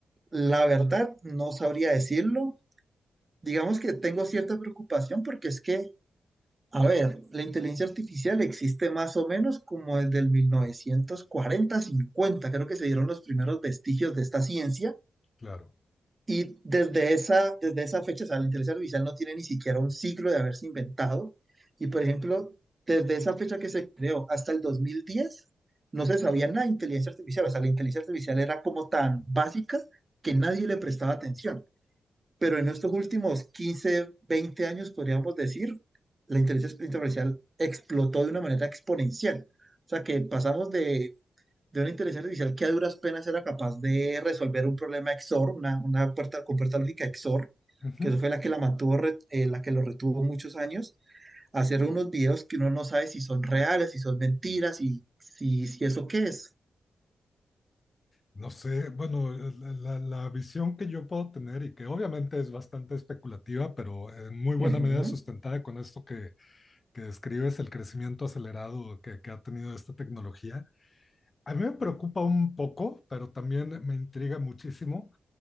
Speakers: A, on the right; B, on the left.
A: la verdad no sabría decirlo. Digamos que tengo cierta preocupación porque es que, a ver, la inteligencia artificial existe más o menos como desde el mil novecientos cuarenta cincuenta. creo que se dieron los primeros vestigios de esta ciencia
B: Claro.
A: Y desde esa, desde esa fecha, o sea, la inteligencia artificial no tiene ni siquiera un ciclo de haberse inventado. Y por ejemplo, desde esa fecha que se creó hasta el 2010, no se sabía nada de inteligencia artificial. O sea, la inteligencia artificial era como tan básica que nadie le prestaba atención. Pero en estos últimos 15, 20 años, podríamos decir, la inteligencia artificial explotó de una manera exponencial. O sea, que pasamos de de una inteligencia artificial que a duras penas era capaz de resolver un problema XOR, una, una puerta con puerta lógica XOR,
B: Ujú.
A: que eso fue la que la mantuvo, re- eh, la que lo retuvo muchos años, a hacer unos videos que uno no sabe si son reales, si son mentiras, y si, si eso qué es.
B: No sé, bueno, la, la- la visión que yo puedo tener y que obviamente es bastante especulativa, pero en muy buena
A: Ujú.
B: medida sustentada con esto que, que describes, el crecimiento acelerado que, que ha tenido esta tecnología, a mí me preocupa un poco, pero también me intriga muchísimo